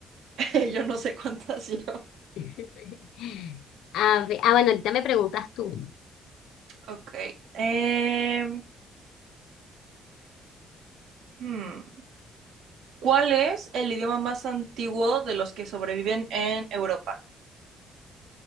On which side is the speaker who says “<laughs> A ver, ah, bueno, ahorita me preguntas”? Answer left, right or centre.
Left